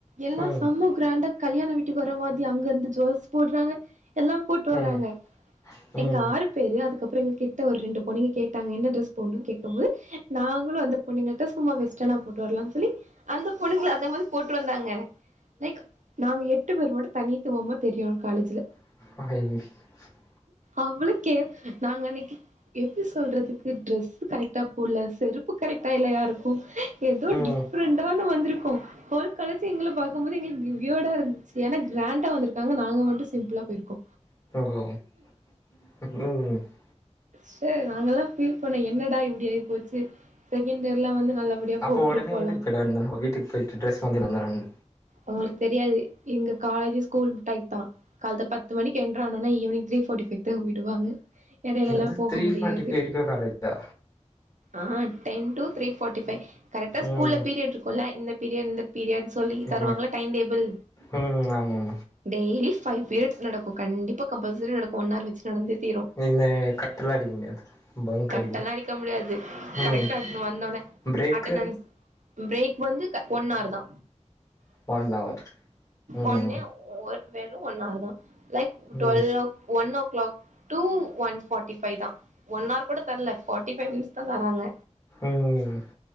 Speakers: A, on the right; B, on the left.
A: எல்லா
B: ம்
A: செம்ம கிராண்டா கல்யாண வீட்டுக்கு வர மாதி அங்க வந்து ஜொல்ஸ் போட்றாங்க எல்லா போட்டு வராங்க
B: ம் ம்
A: எங்க ஆறு பேரு அதுக் கப்றோ எங்க கிட்ட ஒரு ரெண்டு பொண்ணுங்க கேட்டாங்க என்ன ட்ரெஸ் போட்னுன் கேக்கம்போது நாங்களு அந்த பொண்ணுங்கள்ட்ட சும்மா வெஸ்டனா போட்டு வர்லான் சொல்லி அந்த பொண்ணுங்களு அந்த மாரி போட்டு வந்தாங்க லைக் நாங்க எட்டு பேரு மட்டு தனித்துவமா தெரியனு காலேஜுல
B: <inaudible>
A: அவ்ளோ கே நாங்க அன்னக்கி எப்டி சொல்றதுக்கு ட்ரெஸு கரெக்டா போட்ல செருப்பு கரெக்டால்ல யாருக்கு எதோ
B: ம்
A: டிஃப்ரெண்டான வந்துருக்கோ ஹோல் காலேஜு எங்கள பா க்க மாரி எங்களுக் வியர்டாருந்திச்சி ஏனா கிராண்டா வந்துருக்காங்க நாங்க மட்டு சிம்பிளா போய்ருக்கோ
B: <inaudible>
A: சே நாங்களா ஃபீல் பண்ணோ என்னடா இப்டி ஆய்போச்சு செகண்ட் இயர்லா வந்து நல்லபடியா
B: அப்போ
A: போட்ருபோலா
B: ஒடனே வீட்டுக்கு போயிட வேண்டியதான வீட்டுக்கு போயிட்டு ட்ரெஸ் மாத்தினு வந்துரனு
A: உங்களுக்கு தெரியாது எங்க காலேஜே ஸ்கூல் டைப் தா கால்த பத்து மணிக் கென்ட்றானோனா ஈவ்னிங் த்ரீ ஃபார்டி ஃபை க்தா விடுவாங்க எடைலலா
B: என்னது
A: போக
B: த்ரீ
A: முடியாது
B: ஃபார்ட்டி ஃபை வரைக்கு காலேஜா
A: ஆ ten to three forty five கரெக்டா ஸ்கூல்ல
B: ம்
A: பீரியட்ருக்குல்ல இந்த பீரியட் இந்த பீரியட்ன் சொல்லி தருவாங்ள
B: ம்
A: டைம் டேபிள்
B: ம் ஆமா ஆமா
A: டெய்லி ஃபை பீரியட்ஸ் நடக்கு கண்டிப்பா கம்பல்சரி நடக்கு ஒன்னார் வச்சி நடந்தே தீரு
B: இந்த கட்டெல்லா அடிக்க முடியாது பங்க்
A: கட்டெல்லா
B: அடிக்கிற
A: அடிக்க முடியாது
B: ம்
A: கரெக்டா இப்னு வந்தோன
B: பிரேக்கு
A: அட்டணன்ஸ் ம்‌ பிரேக் வந்து க ஒன்னார் தா
B: ஒன் அவர் ம்
A: ஒன்னே ஒர் வெறு ஒன்னவர்தா லைக் twelve o'
B: ம்
A: one o'clock two one forty five தா ஒன்னார் கூட தர்ல ஃபார்டி ஃபை மினிட்ஸ் தா தராங்க
B: ம்